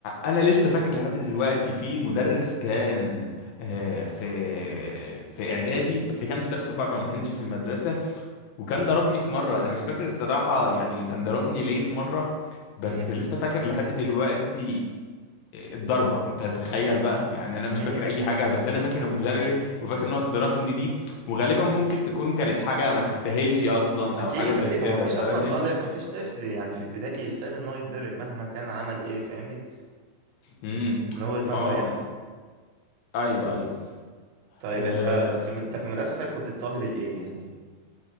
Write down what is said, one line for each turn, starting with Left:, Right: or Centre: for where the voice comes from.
Left: انا لسه فاكر لحد دلوقتي في مدرس كان آه، في في اعدادي بس كان في درس بره ما كانش في المدرسه وكان ضربني في مرة أنا مش فاكر الصراحة يعني كان ضربني ليه في مرة بس
Right: امم
Left: لسه فاكر لحد دلوقتي الضربة أنت تخيل بقى يعني أنا مش
Right: أمم.
Left: فاكر أي حاجة بس أنا فاكر المدرس وفاكر إن هو ضربني دي وغالبا ممكن تكون كانت حاجة ما تستاهلش أصلا
Right: اكيد
Left: أو حاجة زي
Right: اكيد
Left: كده
Right: هو مفيش
Left: فاهم؟
Right: اصلا طالب مفيش طفل يعني في ابتدائي يستاهل ان هو يتضرب مهما كان عمل ايه فاهمني
Left: امم
Right: من وجهه
Left: ما
Right: نظري
Left: هو
Right: يعني
Left: أيوه أيوه
Right: طيب
Left: أه...
Right: انت في انت في المدرسه طيب كنت الطالب الايه يعني